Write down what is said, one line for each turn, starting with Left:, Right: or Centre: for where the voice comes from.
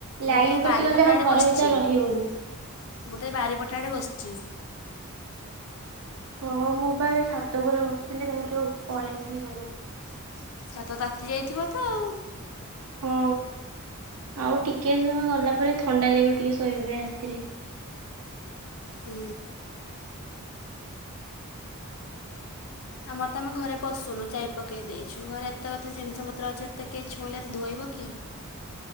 Right: ଲାଇନ
Left: ମୁଁ ତ ଏ ବାରିପଟାଡ଼େ
Right: କଟିଗଲେ ଆଉ ଘର
Left: ବସିଛି
Right: ଭିତରେ
Left: ମୁଁ
Right: ରହି ହଉନି
Left: ତ ଏ ବାରିପଟାଡ଼େ ବସିଛି।
Right: ହଁ ମୁଁ ବା ଏ ଛାତ ଘରେ ବସିଥିଲି ତାପରେ ପଳେଇ ଆସିଲି ଘରକୁ।
Left: ଛାତ ତାତି ଯାଇଥିବ ତ ଆଉ।
Right: ହଁ ଆଉ ଟିକେ ସମୟ ଗଲା ପରେ ଥଣ୍ଡା ଲାଗିବ ଟିକେ ଶୋଇବା ପାଇଁ ରାତିରେ।
Left: ହୁଁ। ଆମର ତ ଆମେ ଘରେ ପଶୁନୁ ଚାବି ପକେଇ ଦେଇଛୁ ଘରେ ଏତେ କଥା ଜିନିଷ ପତ୍ର ଅଛି ଏତେ କେହି ଛୁଇଁଲେ ଧୋଇବ କିଏ।